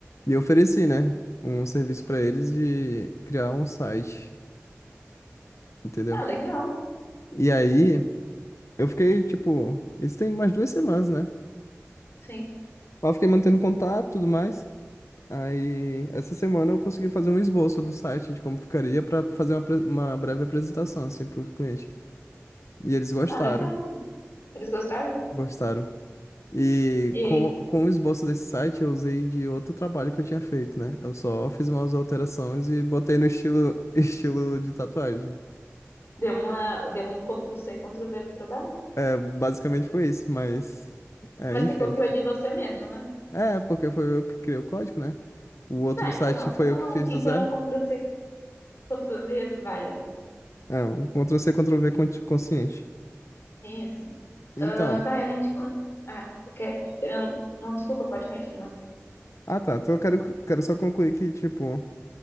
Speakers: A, on the left; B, on the left.
A: E eu ofereci, né? Um serviço pra eles de criar um site, entendeu?
B: Ah, legal.
A: E aí. Eu fiquei, tipo, isso tem umas duas semanas, né?
B: Sim.
A: Lá eu fiquei mantendo contato e tudo mais. Aí, essa semana eu consegui fazer um esboço do site de como ficaria pra fazer uma, apre- uma breve apresentação, assim, pro cliente. E eles gostaram,
B: Ah, legal. Eles gostaram?
A: gostaram. E
B: E
A: com,
B: aí,
A: com o esboço desse site eu usei de outro trabalho que eu tinha feito, né? Eu só fiz umas alterações e botei no estilo, <laughs> estilo de tatuagem.
B: deu uma, deu um Ctrl-C, Ctrl-V no trabalho?
A: É, basicamente foi isso, mas... É,
B: Mas
A: enfim.
B: você copiou de você mesmo, né?
A: É, porque foi eu que criei o código, né? O outro
B: Tá,
A: site
B: então.
A: foi
B: Então,
A: eu que fiz
B: então
A: do zero.
B: é um Ctrl C, Ctrl V válido.
A: É, um Ctrl-C, Ctrl-V consci- consciente.
B: Isso.
A: Então,
B: Ah, vai, a gente. Ah, porque. Não, não, desculpa, pode continuar.
A: ah tá, então eu quero, quero só concluir que, tipo,